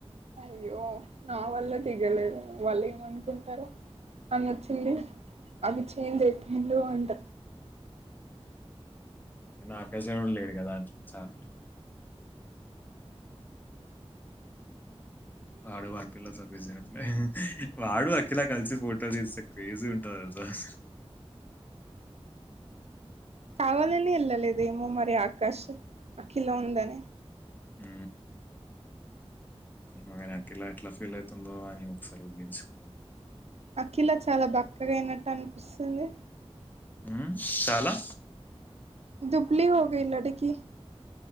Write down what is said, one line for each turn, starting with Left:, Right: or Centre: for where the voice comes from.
Right: అయ్యో నా వల్ల తిగలేద వాళ్ళు ఏమనుకుంటరొ ఆమోచ్చింది ఆడు చేంజ్ ఐపోయిండు అంట
Left: నా కజీన్ కూడా లేడు కదా అట్లా చాలు ఆడు వాని పిల్లతో బిజీ ఐయిండు వాడు అఖిలా కలిసి ఫోటో తీస్తే క్రేజీ ఉంటంది కదా అసల్
Right: కావాలని వెళ్ళలేదేమో మరి ఆకాష్ అఖిల ఉందని
Left: ఊ నేను అఖిల ఎట్లా ఫీల్ ఐతుందో అని ఒకసారి ఊహించుకో
Right: అఖిలా చాలా బక్కగా అయినట్టు అనిపిస్తుంది
Left: ఉ చాలా
Right: దుబ్లి హగలా <unintelligible> డికి